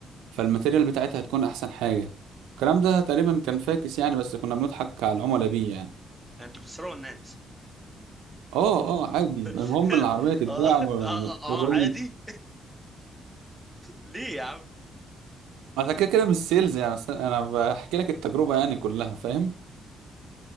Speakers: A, on the right; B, in the centre.
A: فالماتيريال بتاعتها هتكون احسن حاجه الكلام ده تقريبا كان فاكس يعني بس كنا بنضحك على العملاء بيه يعني
B: يعني انتوا بتسرقوا الناس
A: اه اه عادي المهم
B: <laughs>
A: إن
B: اه
A: العربيه تتباع
B: اه
A: و-
B: اه آه،
A: والراجل
B: عادي ليه يا عم
A: انا كده كده مش سيلز يعني أصل انا بحكي لك التجربه يعني كلها فاهم